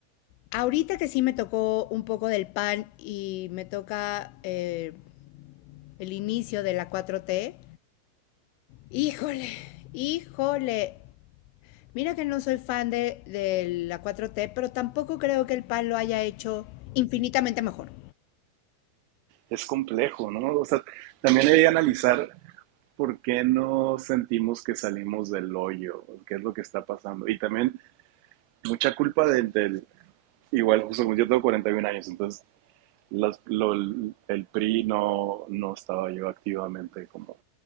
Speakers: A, on the left (about 80°); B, on the right (about 80°).
A: ahorita que sí me tocó un poco del pan y me toca eh, el inicio de la 4T, híjole, híjole. Mira que no soy fan de, de la 4T, pero tampoco creo que el pan lo haya hecho infinitamente mejor.
B: Es complejo, ¿no? O sea, también hay que analizar por qué no sentimos que salimos del hoyo, qué es lo que está pasando. Y también mucha culpa del, del igual, justo como yo tengo 41 años, entonces las- lo- el PRI no, no estaba yo activamente como,